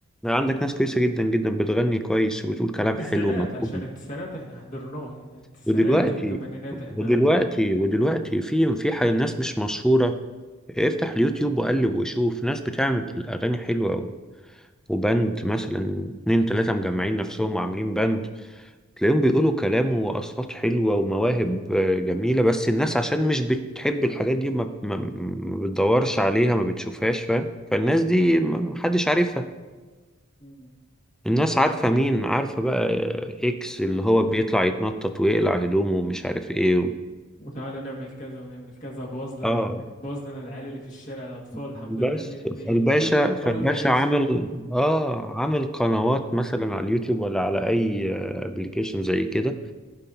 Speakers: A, in the centre; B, on the left (about 35°).
A: عندك ناس كويسة جدا جدا بتغني كويس وبتقول كلام
B: التسعينات
A: حلو ومفهوم
B: عشان التسعينات احنا حضرناه يعني التسعينات
A: ودلوقتي
B: والثمانينات
A: ودلوقتي
B: احنا
A: ودلوقتي في في حي- ناس مش مشهورة افتح اليوتيوب وقلب وشوف ناس بتعمل أغاني حلوة أوي وبند مثلا اتنين تلاتة مجمعين نفسهم وعاملين بند تلاقيهم بيقولوا كلام وأصوات حلوة ومواهب آه، جميلة بس الناس عشان مش بتحب الحاجات دي ما, ما, ما بتدورش عليها ما بتشوفهاش فاهم فالناس دي ما- محدش عارفها
B: مم.
A: الناس عارفة مين عارفة بقى آه، إكس اللي هو بيطلع يتنطط ويقلع هدومه ومش عارف إيه و...
B: وتعالوا نعمل كذا ونعمل كذا باظ لنا
A: اه
B: باظ لنا العيال اللي في الشارع الاطفال الحمد
A: بس
B: لله بي... بي...
A: فالباشا
B: كل الاطفال
A: فالباشا
B: حبيشه
A: عامل اه عامل قنوات مثلا على اليوتيوب ولا على اي ابلكيشن زي كده